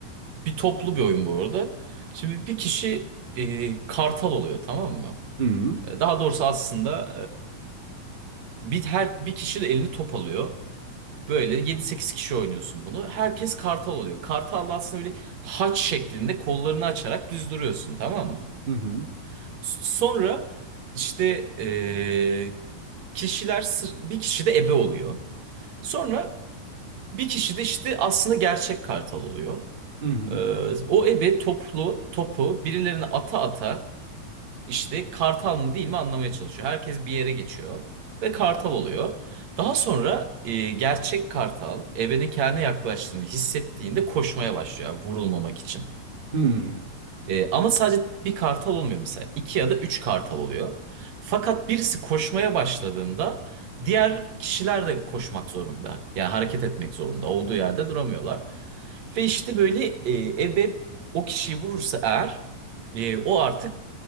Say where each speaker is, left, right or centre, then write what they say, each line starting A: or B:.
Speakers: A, on the right; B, on the right.
A: bir toplu bir oyun bu arada. Şimdi bir kişi e, Kartal oluyor tamam mı?
B: Hı hı
A: E, Daha doğrusu aslında e, bir her bir kişi de elini top alıyor. Böyle yedi sekiz kişi oynuyorsun bunu. Herkes Kartal oluyor. Kartal da aslında böyle haç şeklinde kollarını açarak düz duruyorsun tamam mı?
B: hı
A: Sonra işte eee, kişiler sır- bir kişi de ebe oluyor. Sonra bir kişi de işte aslında gerçek kartal oluyor.
B: hı hı.
A: Eee, o ebe toplu topu birilerine ata ata işte kartal mı değil mi anlamaya çalışıyor. Herkes bir yere geçiyor ve kartal oluyor. Daha sonra eee, gerçek kartal ebenin kendine yaklaştığını hissettiğinde koşmaya başlıyor vurulmamak için.
B: hı.
A: Ee, ama sadece bir kartal olmuyor mesela. İki ya da üç kartal oluyor. Fakat birisi koşmaya başladığında diğer kişiler de koşmak zorunda. Yani hareket etmek zorunda. Olduğu yerde duramıyorlar. Ve işte böyle e, ebe o kişiyi vurursa eğer e, o artık